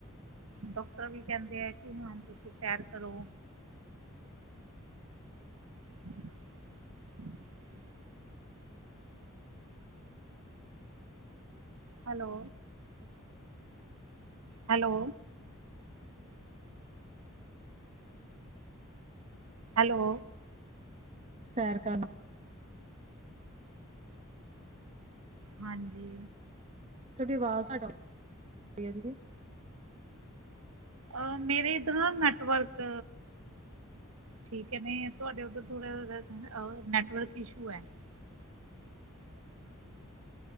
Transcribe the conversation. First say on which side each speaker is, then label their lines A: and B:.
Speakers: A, on the right; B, on the right.
A: ਡਾਕਟਰ ਵੀ ਕਹਿੰਦੇ ਏ ਕਿ ਹੁਣ ਤੁਸੀਂ ਸੈਰ ਕਰੋ। <inaudible> ਹੈਲੋ। ਹੈਲੋ। ਹੈਲੋ।
B: ਸੈਰ ਕਰਨਾ।
A: ਹਾਂਜੀ।
B: ਥੋਡੀ ਆਵਾਜ਼ ਘੱਟ ਆਉਦੀ ਐ ਦੀਦੀ।
A: ਅ ਮੇਰੇ ਇੱਧਰ ਨਾ ਨੈਟਵਰਕ ਠੀਕ ਐ, ਨੇ ਤੁਹਾਡੇ ਉੱਧਰ ਥੋੜਾ ਜਾ ਨੈਟਵਰਕ ਇਸ਼ੂ ਐ। <inaudible>